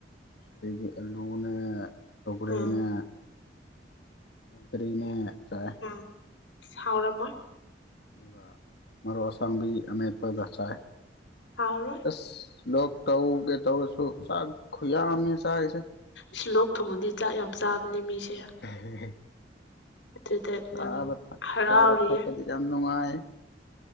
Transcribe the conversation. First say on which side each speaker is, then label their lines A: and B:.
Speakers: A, on the left (about 60°); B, on the left (about 85°).
A: ꯑꯩꯗꯤ ꯑꯜꯂꯨꯅꯦ ꯁꯧꯒ꯭ꯔꯤꯅꯦ
B: ꯑ
A: ꯇꯔꯤꯅꯦ ꯆ
B: ꯎꯝ ꯁꯥꯎꯔꯝ ꯃꯣꯏ
A: ꯑꯗꯨꯒ ꯃꯔꯣꯛ ꯑꯁꯥꯡꯕꯤ ꯑꯄꯦꯠꯄꯒ ꯆꯥꯏ꯫
B: ꯍꯥꯎ
A: ꯏꯁ ꯂꯣꯛ ꯇꯧꯒꯦ ꯇꯧꯔꯁꯨ ꯆꯥꯛ ꯈꯨꯌꯥꯝꯅꯦ ꯆꯥꯔꯤꯁꯦ
B: ꯁꯤ ꯂꯣꯛ ꯊꯨꯡꯉꯗꯤ ꯆꯥꯛ ꯌꯥꯝ ꯆꯥꯕꯅꯦ ꯃꯤꯁꯦ
A: ꯎ
B: ꯑꯗꯨꯗ
A: ꯆꯥꯕ
B: ꯅꯪ
A: ꯊꯛ
B: ꯍꯔꯥꯎꯔꯤꯌꯦ
A: ꯆꯥꯕ ꯊꯛꯄꯗꯤ ꯌꯥꯝ ꯅꯨꯡꯉꯥꯏ